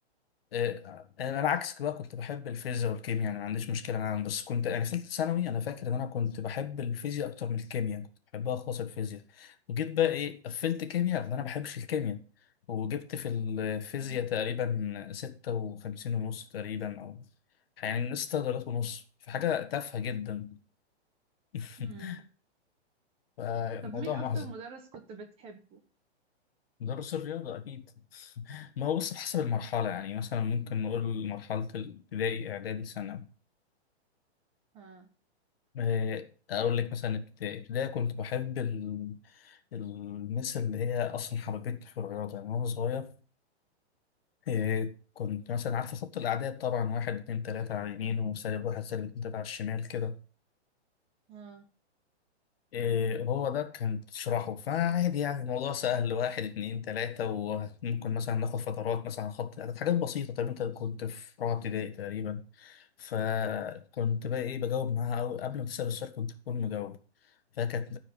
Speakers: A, on the left (about 60°); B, on the right (about 15°).
A: آه، انا عكسك بقى كنت بحب الفيزياء والكيمياء يعني ما عنديش مشكله معاهم بس كنت يعني في ثالثه ثانوي انا فاكر ان انا كنت بحب الفيزياء اكتر من الكيمياء يعني كنت بحبها خالص الفيزياء وجيت بقى ايه قفلت كيمياء لان انا ما بحبش الكيمياء وجبت في الفيزياء
B: مم.
A: تقريبا ستة وخمسين ونص تقريبا او يعني ستة درجات ونص في حاجه تافهه جدا <laughs>
B: مم.
A: فالموضوع
B: طب مين أكتر
A: محزن
B: مدرس كنت بتحبه؟
A: مدرس الرياضة أكيد <laughs> ما هو بص بحسب المرحلة يعني مثلا ممكن نقول مرحلة الابتدائي إعدادي ثانوي
B: ها
A: آه، أقول لك مثلا ابت- ابتدائي كنت بحب ال- المس اللي هي أصلا حببتني في الرياضة يعني وأنا صغير آه، كنت مثلا عارفة خط الأعداد طبعا واحد اتنين تلاتة على اليمين وسالب واحد سالب اتنين تلاتة على الشمال كده
B: ها
A: آه، هو ده كان تشرحه فعادي يعني الموضوع سهل واحد اتنين تلاتة وممكن مثلا ناخد فترات مثلا على خط الأعداد حاجات بسيطة طب أنت كنت في رابعة ابتدائي تقريبا فكنت بقى ايه بجاوب معاها أو قبل ما تسأل السؤال كنت بكون مجاوبة فكانت